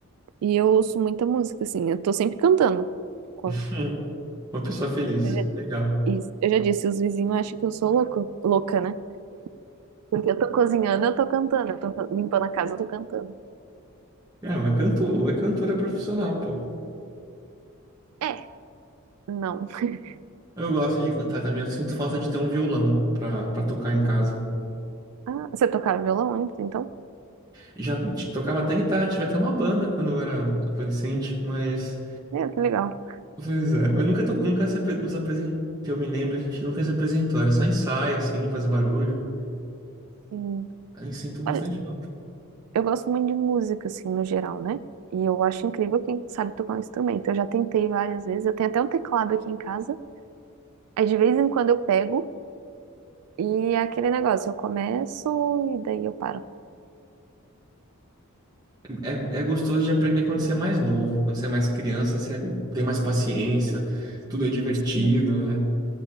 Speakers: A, on the right (about 80°); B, on the right (about 15°).
A: E eu ouço muita música, assim. Eu tô sempre cantando. Co-
B: <laughs> Uma pessoa feliz,
A: Eu já,
B: legal.
A: isso. Eu já disse, os vizinhos acham que eu sou louco, louca, né? Porque eu tô cozinhando, eu tô cantando. Eu tô fa- limpando a casa, eu tô cantando.
B: É, mas cantor, é cantora profissional, pô.
A: É, não. <laughs>
B: Eu gosto de cantar também, eu sinto falta de ter um violão pra, pra tocar em casa.
A: Ah, você tocava violão antes, então?
B: Já t- tocava até guitarra, tive até uma banda quando eu era adolescente, mas
A: É, que legal.
B: Pois é, mas nunca, to- nunca se apre- nos apresentou, que eu me lembro, a gente nunca se apresentou, era só ensaio, assim, fazer barulho.
A: Sim.
B: Aí sinto bastante
A: Olha,
B: falta.
A: eu gosto muito de música, assim, no geral, né? E eu acho incrível quem sabe tocar um instrumento. Eu já tentei várias vezes. Eu tenho até um teclado aqui em casa. Aí de vez em quando eu pego e é aquele negócio, eu começo e daí eu paro.
B: É, é gostoso de aprender quando você é mais novo, quando você é mais criança, você tem mais paciência, tudo é divertido,
A: Hum,
B: né?